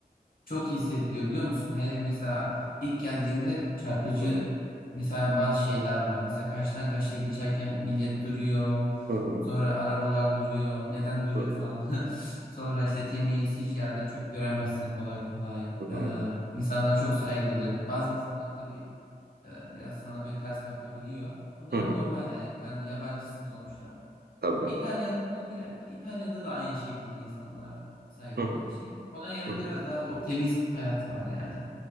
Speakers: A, on the left; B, on the right.
A: çok iyi hissediliyor biliyor musun? Hele mesela ilk geldiğinde çarpıcı
B: Hı
A: mesela bazı şeyler var. Mesela karşıdan karşıya geçerken millet duruyor.
B: hı hı
A: Sonra arabalar duruyor. Neden duruyor
B: hı
A: falan. <laughs> Sonra işte temiz, hiç yerde çöp göremezsin kolay kolay.
B: hı hı
A: Ee, insanlar çok saygılı. Bazı insanlar tabii e, biraz sana böyle ters bakabiliyor. O da
B: hı
A: normal
B: hı.
A: yani yabancı, yabancısın sonuçta.
B: Tabii.
A: İtalya'da da bir İtalya'da da aynı şekilde insanlar saygılı
B: Hı hı
A: ve şey. Polonya'da
B: hı.
A: biraz daha o temiz hayat var yani.